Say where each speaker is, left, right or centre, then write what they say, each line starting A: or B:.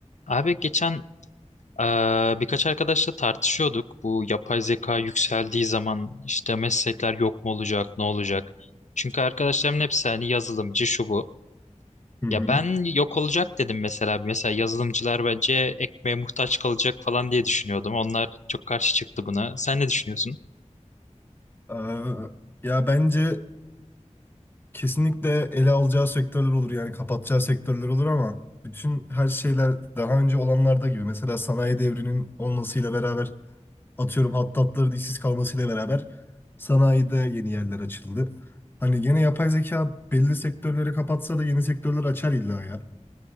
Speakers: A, on the left; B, on the left.
A: Abi geçen eee, birkaç arkadaşla tartışıyorduk. Bu yapay zeka yükseldiği zaman işte meslekler yok mu olacak, ne olacak? Çünkü arkadaşlarımın hepsi hani yazılımcı şu bu.
B: Hı
A: Ya
B: hı.
A: ben yok olacak dedim mesela. Mesela yazılımcılar bence ekmeğe muhtaç kalacak falan diye düşünüyordum. Onlar çok karşı çıktı buna. Sen ne düşünüyorsun?
B: Eee, ya bence kesinlikle ele alacağı sektörler olur yani kapatacağı sektörler olur ama bütün her şeyler daha önce olanlarda gibi mesela sanayi devrinin olmasıyla beraber atıyorum hattatların işsiz kalmasıyla beraber sanayide yeni yerler açıldı. Hani gene yapay zeka belli sektörleri kapatsa da yeni sektörler açar illa ya.